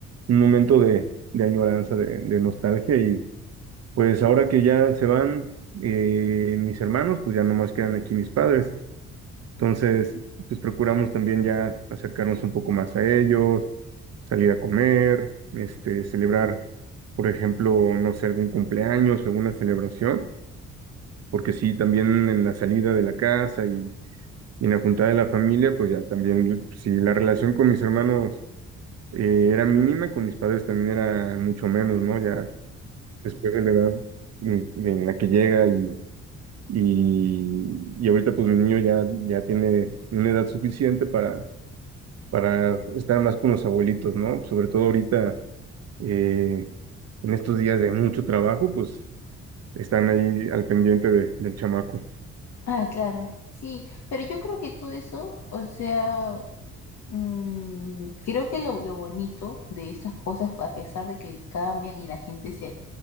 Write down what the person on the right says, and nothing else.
un momento de, de añoranza, de, de nostalgia. Y pues ahora que ya se van eh, mis hermanos, pues ya nomás quedan aquí mis padres. Entonces, pues procuramos también ya acercarnos un poco más a ellos, salir a comer, este, celebrar, por ejemplo, no sé, algún cumpleaños, alguna celebración. Porque sí, también en la salida de la casa y y en la juntada de la familia, pues ya también, si la relación con mis hermanos eh, era mínima, con mis padres también era mucho menos, ¿no? Ya después de la edad en en la que llega y, y, y ahorita pues mi niño ya, ya tiene una edad suficiente para, para estar más con los abuelitos, ¿no? Sobre todo ahorita, eh, en estos días de mucho trabajo, pues están ahí al pendiente de- del chamaco.